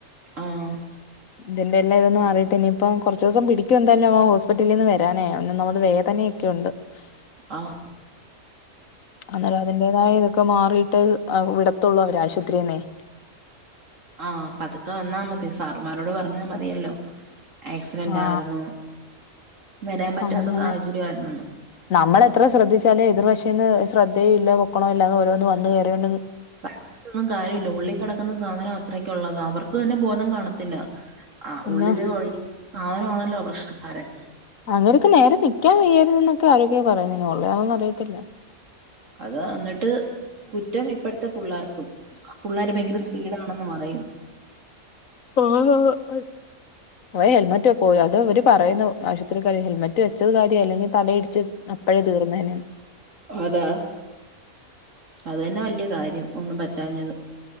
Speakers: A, on the right; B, on the left.
A: ആഹ്
B: ഇതിന്റെ എല്ലാം ഇതൊന്ന്‌ മാറിട്ട് ഇനിപ്പ കുറച്ച് ദിവസം പിടിക്കും എന്തായാലും അവൻ ഹോസ്പിറ്റിൽ നിന്ന് വരാനേ അവന് ഒന്നാമത് വേ തനെയൊക്കെണ്ട്
A: ആഹ്
B: <inaudible> അന്നേരം അതിന്റേതായ ഇതൊക്കെ മാറിട്ട് വിടത്തുള്ളൂ അവര് ആശുപത്രിന്നേ
A: ആഹ് പ്പതുക്കെ വന്നാൽ മതി സാറുമാരോട് പറഞ്ഞാൽ മതിയല്ലോ ആക്സിഡന്റ്
B: ആ
A: ആയിരുന്നു വരാൻ പറ്റാത്ത
B: അങ്ങനെ
A: സാഹചര്യമായിരുന്നു
B: നമ്മൾ എത്ര ശ്രദ്ധിച്ചാലേ എതിർ പശ്യേന്ന് ശ്രദ്ധയയും ഇല്ല പൊക്കണോല്ലല്ലന്ന് ഓരോന്ന് വന്ന് കയറിയോണ്ട്
A: ബൊന്നും കാര്യല്ല ഉള്ളി കിടക്കുന്ന സാധനം അത്രക്കുള്ളതാ അവർക്ക് തന്നെ ബോധം കാണത്തില്ല ആ
B: ഒന്ന്
A: ഉള്ളില് വഴി സാധനമാണല്ലോ പ്രശ്നക്കാരൻ
B: അവർക്ക് നേരെ നിൽക്കാൻ വയ്യായിരുന്നു എന്നൊക്കെ ആരോഗ്യ പറയുന്ന കൊള്ള അതൊന്നും അറിയത്തില്ല
A: അതാ ന്നിട്ട് കുറ്റം ഇപ്പോഴത്തെ പിള്ളേർക്കും പിള്ളേർ ഭയങ്കര സ്പീഡാണെന്ന് പറയും
B: ഓ അ ഓ ഹെൽമെറ്റ് പോ അത് അവ പറയുന്നു ആശുപത്രിക്കാര് ഹെൽമറ്റ് വെച്ചത് കാര്യ അല്ലെങ്കിൽ തലയിടിച്ച് അപ്പഴേ തീർന്നേനെ
A: അതാ അത് തന്നെ വലിയ കാര്യം ഒന്നും പറ്റാഞ്ഞത്